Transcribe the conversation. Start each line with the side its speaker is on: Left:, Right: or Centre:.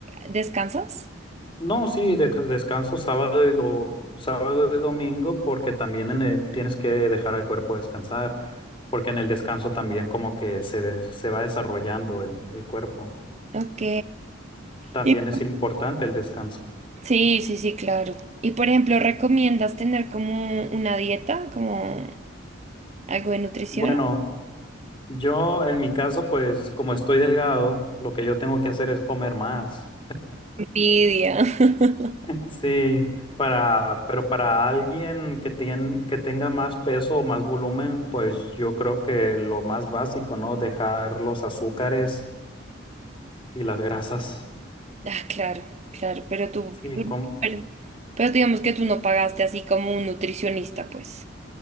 Right: descansas.
Left: No, sí, de- descanso sábado y, do- sábado y domingo porque también en el- tienes que dejar al cuerpo descansar, porque en el descanso también como que se, des- se va desarrollando el, el cuerpo.
Right: Ok.
Left: También
Right: Y por-
Left: es importante el descanso.
Right: Sí, sí, sí, claro. Y por ejemplo, ¿recomiendas tener como una dieta, como algo de nutrición?
Left: Bueno. Yo, en mi caso, pues como estoy delgado, lo que yo tengo que hacer es comer más.
Right: Envidia. <laughs>
Left: Sí, para, pero para alguien que tiene, que tenga más peso o más volumen, pues yo creo que lo más básico, ¿no? Dejar los azúcares y las grasas.
Right: Ah, claro, claro, pero tú,
Left: Sí,
Right: tú-
Left: com-
Right: pero, pero digamos que tú no pagaste así como un nutricionista, pues.